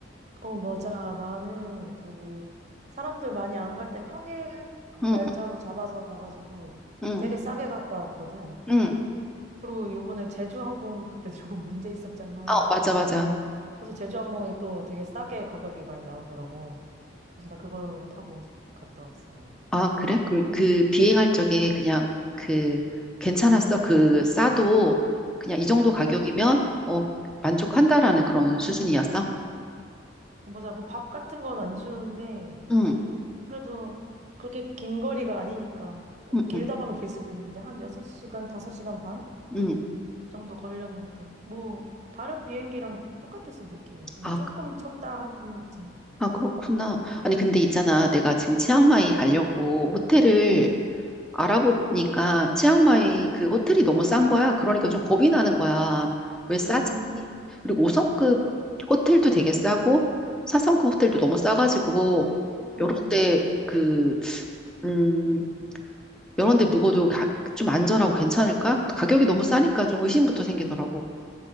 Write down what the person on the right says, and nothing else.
어, 맞아. 나는 그 사람들 많이 안 갈 때 평일
날짜로 잡아서 가가지고
되게 싸게 갔다 왔거든.
그리고 요번에 제주항공 그때 <laughs> 조금 문제 있었잖아.
그래서 제주항공이 또 되게 싸게 가격이 많이 나오더라고. 그래서 나 그거 타고 갔다 왔어, 나는.
어,
어, 맞아. 뭐 밥 같은 건 안 주는데
그래도 그렇게 긴 거리가 아니니까. 뭐
길다
가면 길 수도 있는데 한 6시간, 5시간 반?
정도 걸렸는데 뭐 다른 비행기랑 똑같았어 느낌은 그냥
조금 좁다 할 뿐이었지.
응.
음.
음.